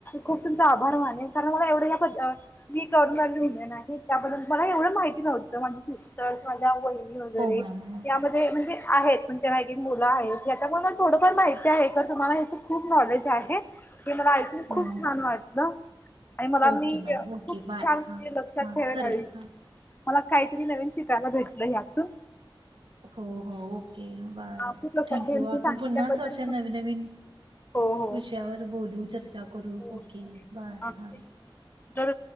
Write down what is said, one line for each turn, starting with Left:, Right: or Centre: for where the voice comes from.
Left: खूप तुमचा आभार माने कारण मला एवढं मी करणार लिहिण नाही त्याबद्दल मला एवढं माहिती नव्हतं माझी सिस्टर्स माझ्या वहि वगैरे
Right: हो मॅम हो
Left: त्या म्हणजे आहेत पण त्यांना एक एक मुलं आहेत ह्याच्यामुळे मला थोडंफार माहिती आहे तर तुम्हाला ह्याच खूप नॉलेज आहे ते मला ऐकून खूप
Right: हो
Left: छान वाटत आणि मला
Right: ओके
Left: मी
Right: मॅम ओके
Left: खूप
Right: बाय
Left: छान
Right: हां
Left: लक्षात
Right: हां
Left: ठेवाला
Right: खरंच
Left: आ
Right: हां
Left: मला काहीतरी नवीन शिकायला भेटलं या्यातून
Right: हो हो ओके बाय
Left: हा खूप लक्षात
Right: थँक
Left: ठेवेन तुम्ही
Right: आपण
Left: सांगितल्याबद्दल
Right: पुन्हा अशा नवीन नवीन
Left: हो हो.
Right: विषयावर बोलू चर्चा करू
Left: हो
Right: ओके
Left: हो.
Right: बाय
Left: तेच
Right: हा
Left: ना. जर